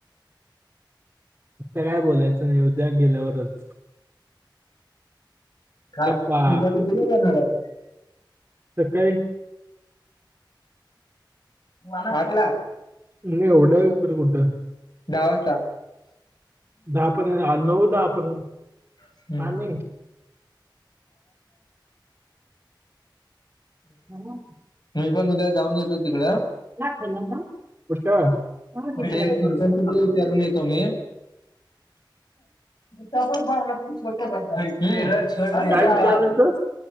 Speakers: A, on the right; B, on the left.
A: आता काय बोलायचं उद्या गेल्यावरच
B: खा
A: गप्पा
B: उद्या तिकडं नाही जाणारं आहे.
A: सकाळी,
B: पहाटला,
A: नाही एवढं लवकर कुठं
B: गांवचा,
A: दहा पर्यंत आ, <unintelligible>
B: <unintelligible> ह् <unintelligible>
A: पाणी हा,
B: मी पणं उद्या जाऊंन येतो तिकडं
A: लागलं ना कुठं हा, किती
B: ते
A: दिलं मग
B: इंटशिपट्य विचारून येतो मी डबल बनला पणं छोट बनला छ
A: काय विचारलं तर